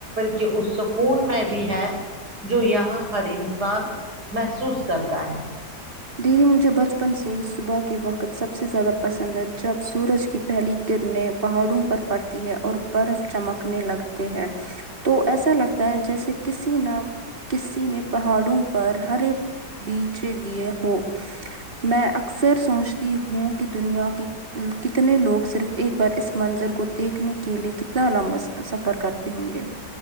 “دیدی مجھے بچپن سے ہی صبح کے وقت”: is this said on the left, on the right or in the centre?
Right